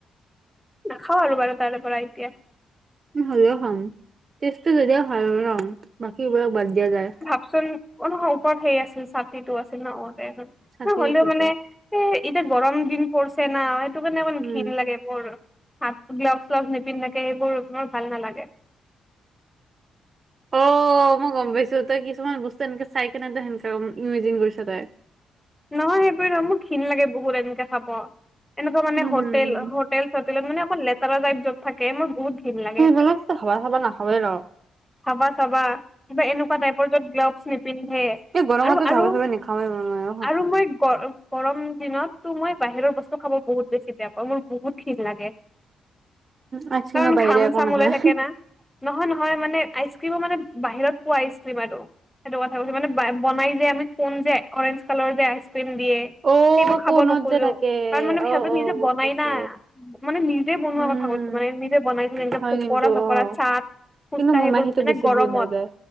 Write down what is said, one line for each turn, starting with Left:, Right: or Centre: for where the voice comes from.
Centre: নাখাওঁ আৰু বাৰু তাৰে পৰা এতিয়া।
Right: হলেও খাম টেষ্টটো যদিও ভাল ন বাকী এইবিলাক বাদ দিয়া যায়।
Centre: চোন অ নহয় ওপৰত সেই আছিল ছাতিটো আছিল ন আগতে।
Right: চাকি
Centre: ন হ'লেও
Right: আছিলতো
Centre: মানে এ এতিয়া গৰম দিন পৰিছে না সেইটো কাৰণে অকমান
Right: উম
Centre: ঘিণ লাগে। <inaudible> হাত গ্লভচ চলভ নিপিন্ধাকে সেইবোৰ তোমাৰ ভাল নালাগে।
Right: অ মই গম পাইছো তই কিছুমান বস্তু এনেকে চাই কেনে তই সেনেকৈ ইমেজিন কৰিছ তই।
Centre: নহয় সেইবোৰ নহয় মোৰ ঘিণ লাগে বহুত এনেকে খাব। এনেকুৱা মানে
Right: উম,
Centre: হোটেল হোটেল চোটেলত মানে অকল লেতেৰা টাইপ য'ত থাকে মোৰ বহুত ঘিন লাগে।
Right: অলপ ত <inaudible>
Centre: হাবা চাবা কিবা এনেকুৱা টাইপৰ যত গ্লভছ নিপিন্ধে
Right: এই গৰমতো
Centre: আৰু আৰু
Right: <inaudible>
Centre: আৰু মই গ গৰম দিনততো মই বাহিৰৰ বস্তু খাব বহুত বেছি বেয়া পাওঁ মোৰ বহুত ঘিণ লাগে।
Right: আইচক্ৰীমৰ
Centre: কাৰণ
Right: বাহিৰে
Centre: ঘাম
Right: একো
Centre: চাম
Right: নাখায়।
Centre: ওলাই থাকে না। নহয় নহয় মানে আইচক্ৰীমো মানে বাহিৰত পোৱা আইচ ক্ৰীম আৰু সেইটো কথা কৈছে মানে বনাই যে আমি কোন যে অৰেঞ্জ কালাৰ যে আইচ ক্ৰীম দিয়ে
Right: অ',
Centre: সেইবোৰ খাব
Right: কোণত
Centre: নোখোজো
Right: যে থাকে
Centre: কাৰণ মানে সিহঁত
Right: অ', অ',
Centre: নিজে
Right: গম
Centre: বনাই
Right: পাইছো।
Centre: নাই মানে নিজ নিজে বনোৱাৰ
Right: উম,
Centre: কথা কৈছো মানে নিজে বনাই যে
Right: হয়
Centre: পকোৰা
Right: কিন্তু
Centre: চকৰা
Right: অ',
Centre: চাট ফুচকা
Right: কিন্তু মোৰ
Centre: সেইবোৰ
Right: মাহীটো
Centre: মানে
Right: বেছি
Centre: গৰমত
Right: বহুত ভাজাই।